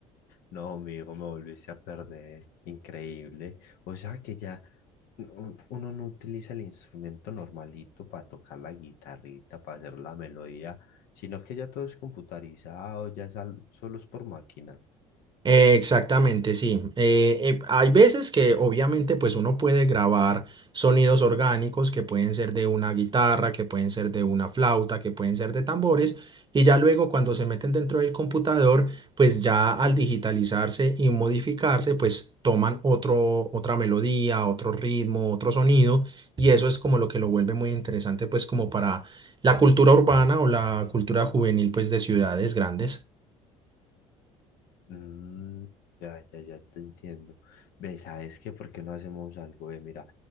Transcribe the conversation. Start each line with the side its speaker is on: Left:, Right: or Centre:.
Left: No, mi hijo, me volviste a perder. Increíble. O sea que ya no- uno no utiliza el instrumento normalito para tocar la guitarrita, para hacer la melodía, sino que ya todo es computarizado, ya es al- solo es por máquina.
Right: Eh, exactamente, sí. Eh, eh, hay veces que obviamente pues uno puede grabar sonidos orgánicos que pueden ser de una guitarra, que pueden ser de una flauta, que pueden ser de tambores y ya luego cuando se meten dentro del computador pues ya al digitalizarse y modificarse pues toman otro, otra melodía, otro ritmo, otro sonido y eso es como lo que lo vuelve muy interesante pues como para la cultura urbana o la cultura juvenil pues de ciudades grandes.
Left: Mm, ya, ya, ya te entiendo. ¿Ves? ¿Sabes qué? ¿Por qué no hacemos algo de, mira?